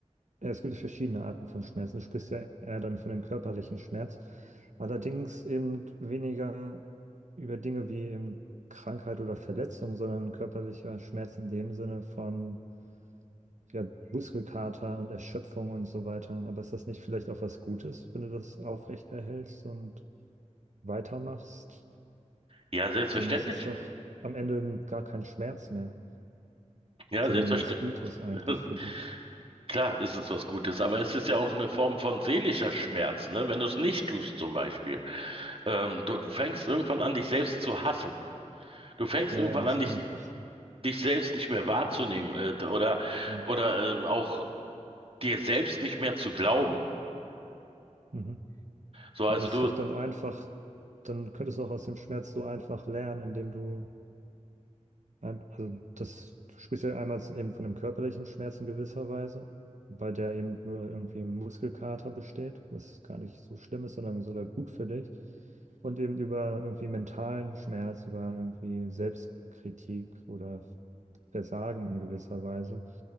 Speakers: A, on the right; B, on the right.
A: Ja, Es gibt ja verschiedene Arten von Schmerzen. Du sprichst ja eher dann von dem körperlichen Schmerz. Allerdings eben weniger über Dinge wie eben Krankheit oder Verletzung, sondern körperlicher Schmerz in dem Sinne von ja, Muskelkater und Erschöpfung und so weiter. Aber ist das nicht vielleicht auch was Gutes, wenn du das aufrechterhältst und weitermachst?
B: Ja, selbstverständlich.
A: Dann ist es doch am Ende gar kein Schmerz mehr,
B: Ja,
A: sondern
B: selbstverständlich.
A: was Gutes eigentlich
B: <laughs>
A: für dich.
B: Klar ist es was Gutes, aber es ist ja auch eine Form von seelischer Schmerz, ne? Wenn du es nicht tust, zum Beispiel. Ähm, du, du fängst irgendwann an, dich selbst zu hassen. Du fängst
A: Ja,
B: irgendwann
A: ja, das
B: an, dich,
A: kann ich verstehen.
B: dich selbst nicht mehr wahrzunehmen, äh, d- oder,
A: Ja.
B: oder ähm, auch dir selbst nicht mehr zu glauben.
A: Mhm.
B: So,
A: Aber
B: also
A: das
B: du,
A: ist doch dann einfach, dann könntest du auch aus dem Schmerz so einfach lernen, indem du, ein, also das, du sprichst ja einmal eben von dem körperlichen Schmerz in gewisser Weise, bei der eben nur irgendwie ein Muskelkater besteht, was gar nicht so schlimm ist, sondern sogar gut für dich. Und eben über irgendwie mentalen Schmerz, über irgendwie Selbstkritik oder Versagen in gewisser Weise,